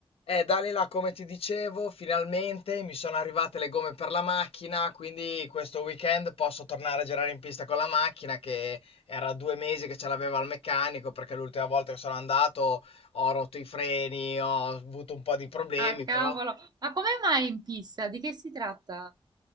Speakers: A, on the left; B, on the right.
A: Eh, Dalila, come ti dicevo, finalmente mi sono arrivate le gomme per la macchina, quindi questo weekend posso tornare a girare in pista con la macchina che era due mesi che ce l'aveva al meccanico perché l'ultima volta che sono andato ho rotto i freni, ho avuto un po' di problemi,
B: Ah, cavolo!
A: però
B: Ma come mai in pista? Di che si tratta?